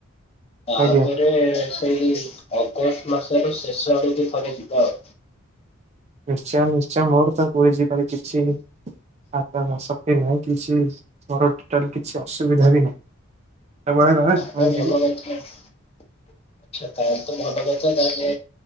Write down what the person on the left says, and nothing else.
ତାପରେ
ସେଇ ଅଗଷ୍ଟ ମାସର ଶେଷ ଆଡ଼କୁ ଥରେ ଯିବା ଆଉ।
ଭଲଛ
ଆଛା ତାେଲେ ତ ଭଲ <unintelligible> ତାହେଲେ